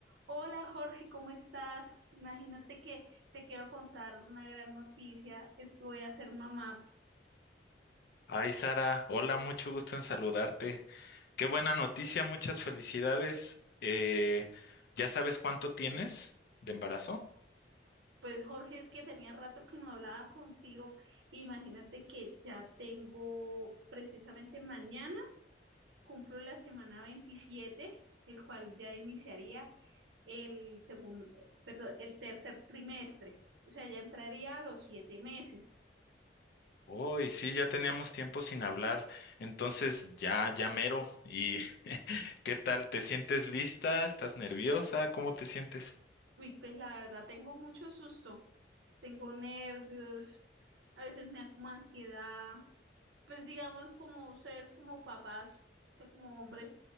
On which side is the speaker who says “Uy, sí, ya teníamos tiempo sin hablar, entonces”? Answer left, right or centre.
Left